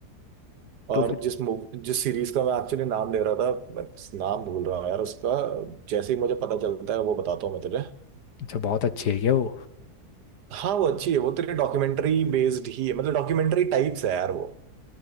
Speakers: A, on the right; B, on the left.
A: और
B: तो फिर
A: जिस मूव जिस सीरीज का मैं एक्चुअली नाम दे रहा था मैं नाम भूल रहा हूँ यार उसका जैसे ही मुझे पता चलता है वो बताता हूँ मैं तुझे
B: अच्छा बहुत अच्छी है क्या वो
A: हाँ वो अच्छी है वो तेरे डॉक्यूमेंट्री बेस्ड ही है मतलब डॉक्यूमेंट्री टाइप्स है यार वो